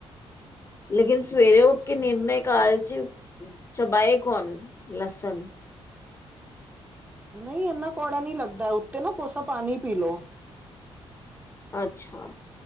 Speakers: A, on the left; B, on the right.
A: ਲੇਕਿਨ ਸਵੇਰੇ ਉੱਠ ਕੇ ਨਿਰਨੈ ਕਾਲਜੇ, ਚਬਾਏ ਕੌਣ, ਲਸਨ।
B: ਨਹੀਂ ਇੰਨਾ ਕੌੜਾ ਨੀ ਲੱਗਦਾ ਉੱਤੇ ਨਾ ਕੋਸਾ ਪਾਣੀ ਪੀ ਲੋ।
A: ਅੱਛਾ।